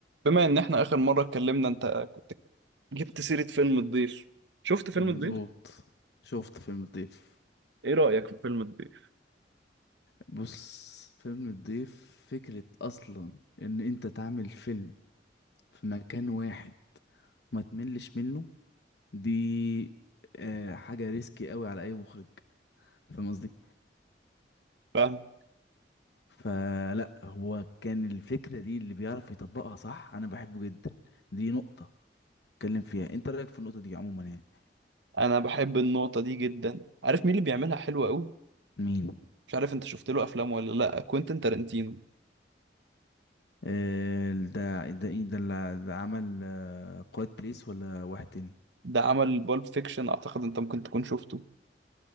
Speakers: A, on the right (about 80°); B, on the left (about 65°).
A: بما ان احنا اخر مره اتكلمنا انت كنت جبت سيره فيلم الضيف شفت فيلم
B: مظبوط
A: الضيف
B: شفت فيلم الضيف
A: ايه رايك في فيلم الضيف
B: بص فيلم الضيف فكرة أصلا إن أنت تعمل فيلم في مكان واحد ما تملش منه دي آه حاجة ريسكي قوي على أي مخرج فاهم قصدي
A: فاهم
B: فلا هو كان الفكرة دي اللي بيعرف يطبقها صح أنا بحبه جدا دي نقطة اتكلم فيها أنت رأيك في النقطة دي عموما يعني
A: انا بحب النقطه دي جدا عارف مين اللي بيعملها حلوه قوي
B: مين
A: مش عارف انت شفت له افلام ولا لا كوينتين تارانتينو
B: آه ده ده إيه ده اللي ده عمل آه قائد بليس ولا واحد تاني
A: ده عمل بالب فيكشن اعتقد انت ممكن تكون شفته